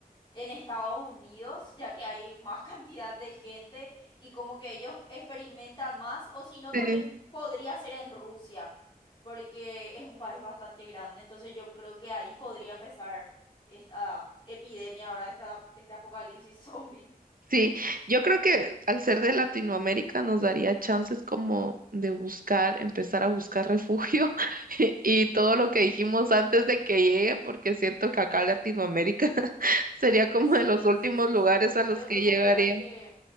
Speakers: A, on the left; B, on the right.
A: en Estados Unidos, ya que hay más <laughs> cantidad de gente y como que ellos experimentan más, o si no,
B: Sí.
A: también podría ser en Rusia, porque es un país bastante grande, entonces yo creo que ahí podría empezar esta epidemia, ahora esta, este apocalipsis <laughs> zombies.
B: Sí, yo creo que al ser de Latinoamérica nos daría chances como de buscar, empezar a buscar refugio <laughs> y y todo lo que
A: Sí.
B: dijimos antes de que llegue, porque siento que acá Latinoamérica <laughs> sería como
A: Sí,
B: de los últimos
A: sí, sí,
B: lugares
A: sí.
B: a
A: Yo
B: los
A: entonces
B: que llegaría.
A: creo que,